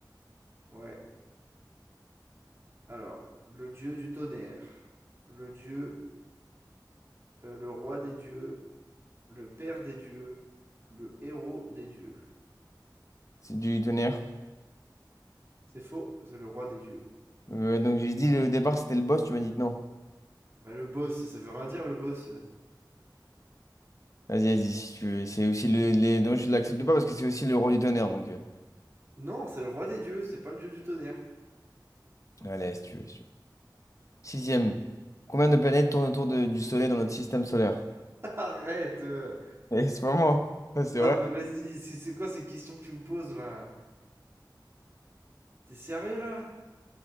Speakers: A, on the right; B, on the left.
A: Ouais. Alors, le dieu du tonnerre, le dieu, euh, le roi des dieux, le père des dieux, le héros des dieux.
B: C'est du tonnerre.
A: C'est faux, c'est le roi des dieux.
B: Euh, donc j'ai dit au départ c'était le boss, tu m'as dit que non.
A: Mais le boss, ça veut rien dire le boss.
B: Vas-y, vas-y, si tu veux. C'est aussi le, les... Donc je l'accepte pas parce que c'est aussi le roi du tonnerre. Donc euh,
A: Non, c'est le roi des dieux, c'est pas le dieu du tonnerre.
B: allez, si tu veux, si tu veux. Sixième. Combien de planètes tournent autour de- du Soleil dans notre système solaire?
A: <laughs> Arrête! euh.
B: <laughs> Eh, c'est pas moi. Ouais, C'est
A: Non,
B: vrai.
A: mais vas-y, c'est c'est quoi ces questions que tu me poses là? T'es sérieux là?